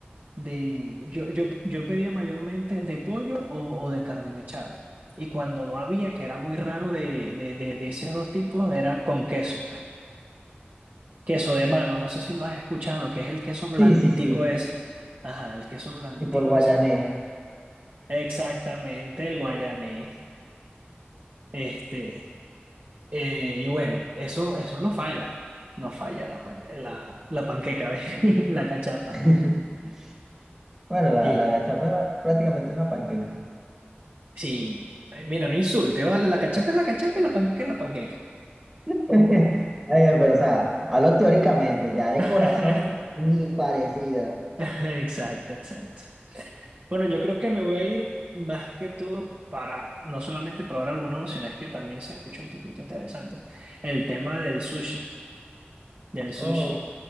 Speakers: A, on the right; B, on the right.
A: de, yo, yo, yo pedía mayormente de pollo o, o de carne mechada. Y cuando no había, que era muy raro de, de, de, de esos dos tipos, era con queso. pues. queso de mano, no sé si lo has escuchado, que es el queso blanditico
B: Sí, sí, sí.
A: ese. Ajá, el queso blanditico
B: Y por guayanés.
A: ese. Exactamente, el guayanés. Este, eh, y bueno, eso, eso no falla. No falla la, pan- la, la panqueca, <laughs> ¿ves? La cachapa.
B: <laughs> Bueno, la,
A: Y
B: la gachapa es prácticamente una panqueca.
A: Sí, eh, mira, no insulte, ¿vale? La cachapa es la cachapa y la panqueca es la panqueca.
B: <laughs> Está pero o sea, hablo teóricamente, ya de
A: <laughs>
B: corazón, ni parecida.
A: Exacto, exacto. Bueno, yo creo que me voy a ir más que todo para no solamente probar algo nuevo, sino es que también se escucha un poquito interesante el tema del sushi, del sushi.
B: Ok,